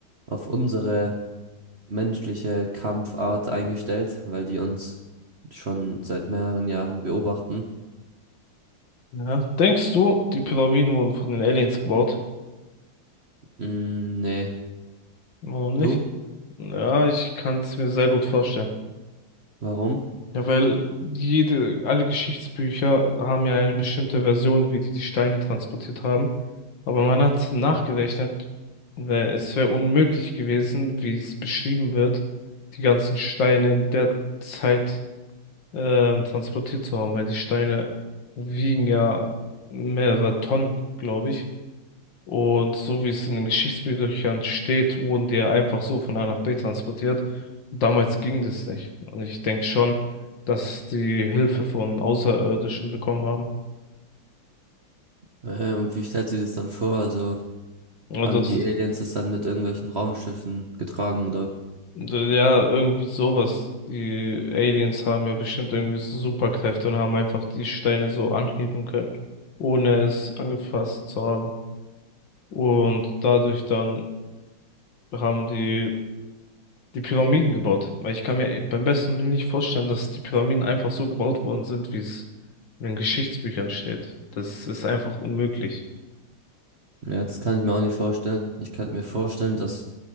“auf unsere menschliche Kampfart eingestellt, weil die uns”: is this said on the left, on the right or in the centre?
Right